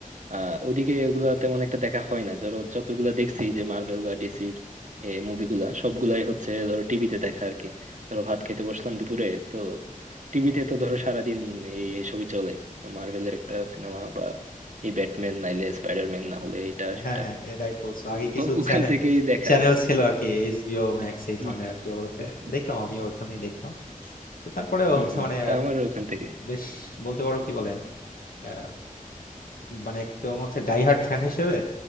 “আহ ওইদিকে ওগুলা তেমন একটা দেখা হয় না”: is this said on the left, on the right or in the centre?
Right